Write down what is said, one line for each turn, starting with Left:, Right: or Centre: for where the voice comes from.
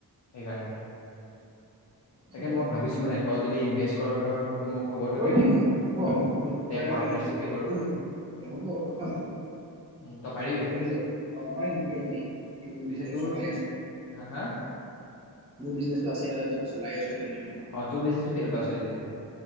Left: সেইকাৰণে।
Right: ঠিকে আছে
Left: তাকে
Right: বাৰু
Left: মই ভাবিছো মানে। তই যদি ইনভেষ্ট কৰ ধৰ। তোকো মই খবৰটো
Right: কৰি
Left: দিওঁ
Right: দিম হ'ব হ'ব দুটাই
Left: পাৰ্টনাৰশ্বিপকে
Right: লাগিেল কৰি য
Left: কৰো
Right: উম নহ'ব কথা নাই
Left: উম, তই পাৰিবি
Right: চলি যাব অ পাৰিম কিয় নোৱাৰি বাকী মোৰ
Left: পিছে
Right: বিজনেছ
Left: তোৰ
Right: চলাই আছো।
Left: হা হা
Right: মোৰ বিজনেচো আছে ত চলাই আছো। সেইটো তেনেকে
Left: অ তোৰ বিজনেছো কেনেকুৱা চলিছে।